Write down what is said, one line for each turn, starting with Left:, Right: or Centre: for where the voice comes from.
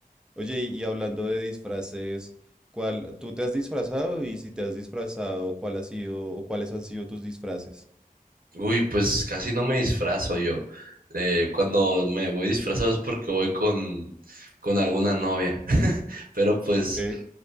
Centre: Oye, y y hablando de disfraces, ¿cuál, tú te has disfrazado y si te has disfrazado, cuál ha sido o cuáles han sido tus disfraces?
Right: Uy, pues casi no me disfrazo yo. Eh, cuando me voy disfrazado es porque voy con, con alguna novia. <laughs> Pero pues
Centre: Ok. Ok,